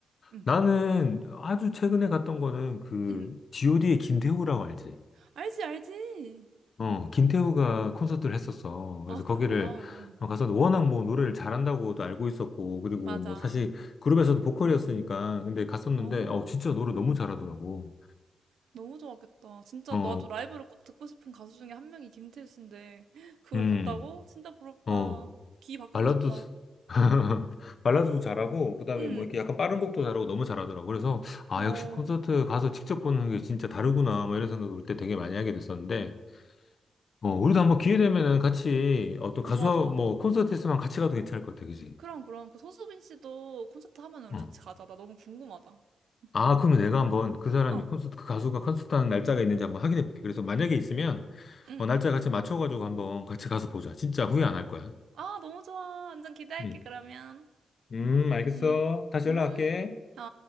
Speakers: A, on the right; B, on the left.
A: 음.
B: 나는 아주 최근에 갔던 거는 그,
A: 음.
B: d o d 의 의 김태우라고 알지?
A: 알지 알지.
B: 어, 김태우가 콘서트를 했었어. 그래서
A: 아,
B: 거기를
A: 그랬구나. 응.
B: 가서 워낙 뭐 노래를 잘한다고도 알고 있었고, 그리고
A: 맞아.
B: 뭐 사실 그룹에서도 보컬이었으니까, 근데 갔었는데,
A: 어우.
B: 어, 진짜 노래 너무 잘하더라고.
A: 너무 좋았겠다. 진짜
B: 어,
A: 나도 라이브를 꼭 듣고 싶은 가수 중에 한 명이 김태우 씨인데 <gasps> 그걸
B: 음,
A: 봤다고? 진짜 부럽다.
B: 어,
A: 귀 바꾸고
B: 발라드,
A: 싶다.
B: <laughs> 발라드도 잘하고, 그다음에
A: 응.
B: 뭐 이렇게 약간 빠른 곡도 잘하고 너무 잘하더라고. 그래서, 아,
A: 그럼.
B: 역시
A: 어.
B: 콘서트 가서 직접 보는 게 진짜 다르구나, 뭐 이런 생각을 그때 되게 많이 하게 됐었는데, 어, 우리도 한번 기회 되면은 같이 어떤
A: 어,
B: 가수,
A: 좋아 좋아.
B: 뭐 콘서트에서만 같이 가도 괜찮을 것 같아, 그지?
A: 그럼, 그럼. 그 소수빈 씨도 콘서트 하면 우리
B: 어.
A: 같이 가자. 나 너무 궁금하다. <laughs>
B: 아, 그러면 내가 한번 그 사람이
A: 어,
B: 콘서트, 그 가수가 콘서트 하는 날짜가 있는지 한번 확인해 볼게. 그래서 만약에 있으면,
A: 응.
B: 어, 날짜 같이 맞춰가지고 한번 같이 가서 보자. 진짜 후회 안 할 거야.
A: 아, 너무 좋아. 완전 기대할게,
B: 음.
A: 그러면.
B: 음, 알겠어.
A: 응,
B: 다시
A: 응,
B: 연락할게.
A: 어.